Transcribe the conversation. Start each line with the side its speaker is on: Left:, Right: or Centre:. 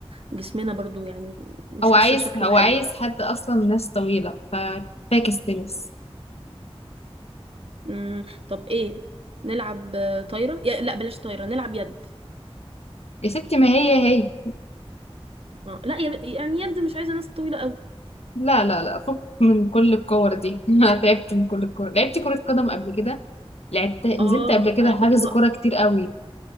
Right: جسمنا برضو يعني مش
Left: أو
Right: حاسة
Left: عايز
Right: شكله
Left: أو
Right: حلو
Left: عايز حد أصلا ناس طويلة ففاكس تنس
Right: مم. طب ايه نلعب آه، طايرة يا لا بلاش طايرة نلعب يد
Left: يا ستي ما هي هي
Right: آه. لا يا... ب... يعني يد مش عايزة ناس طويلة قوي
Left: لا لا لا فك من كل الكور دي <laughs> أنا تعبت من كل الكور لعبت كرة قدم قبل كده لعبت نزلت
Right: اه انا
Left: قبل
Right: ك...
Left: كده
Right: انا
Left: حجز
Right: كنت بقى
Left: كورة كتير قوي